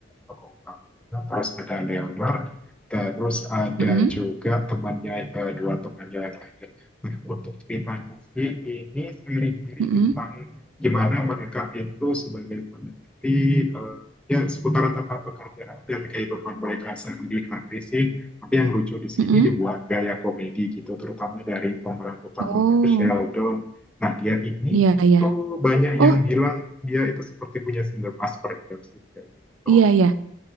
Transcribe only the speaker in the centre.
fakultas terus ada Leonard terus ada
juga temannya eh, dua temannya yang lain nah untuk ceritanya sih ini seri-seri
tentang gimana mereka itu sebagai peneliti eh, ya seputar tata pekerjaan dan kehidupan mereka sehari-hari sih tapi yang lucu di sini
dibuat gaya komedi gitu terutama dari pemeran utamanya
itu Sheldon Nah, dia ini
itu
banyak yang
bilang dia itu seperti punya sindrom Asperger sih kayak gitu.